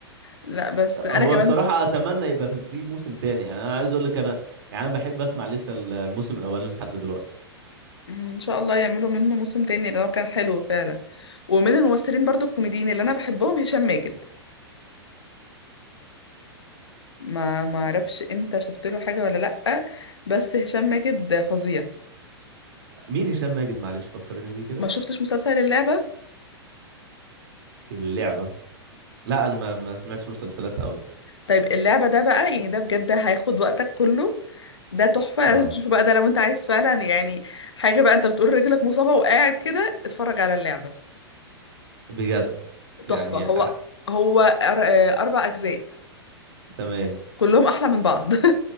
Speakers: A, on the left; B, on the right.
A: لا بس انا
B: هو
A: كمان
B: بصراحة اتمنى يبقى في في موسم تاني يعني انا عايز اقول لك انا يعني انا بحب اسمع لسه ال- الموسم الاولاني لحد دلوقتي
A: مم، ان شاء الله يعملوا منه موسم تاني لان هو كان حلو فعلا ومن الممثلين برضو الكوميديين اللي انا بحبهم هشام ماجد ما ما اعرفش انت شفت له حاجه ولا لا بس هشام ماجد فظيع
B: مين هشام ماجد معلش فكرني بيه كده
A: ما شفتش مسلسل اللعبه
B: اللعبة لا انا ما ما سمعتش مسلسلات قوي
A: طيب اللعبة ده بقى يعني ده بجد هياخد وقتك كله ده تحفة <laughs>
B: اه
A: لازم تشوفه بقى ده لو انت عايز فعلا يعني حاجة بقى انت بتقول رجلك مصابة وقاعد كده اتفرج على اللعبة
B: بجد
A: تحفة
B: يعني
A: هو
B: أح...
A: هو أر- آه، أربع أجزاء
B: تمام
A: كلهم أحلى من بعض